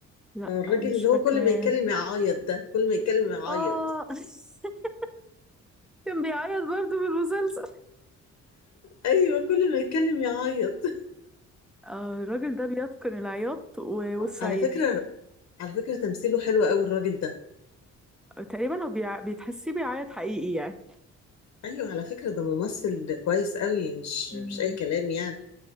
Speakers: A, in the centre; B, on the left (about 65°).
A: لا
B: آه، الراجل
A: مش
B: اللي هو
A: فاكراه
B: كل ما يتكلم يعيط ده كل ما يتكلم يعيط
A: اه <laughs> كان بيعيط برضو في المسلسل
B: ايوه كل ما يتكلم يعيط
A: آه، الراجل ده بيتقن العياط و-
B: <laughs>
A: والصعيدي
B: على فكره على فكره تمثيله حلو قوي الراجل ده
A: تقريبا هو بيع... بيتحسيه بيعيط حقيقي يعني
B: ايوه على فكره ده ممثل كويس قوي مش
A: مم.
B: مش اي كلام يعني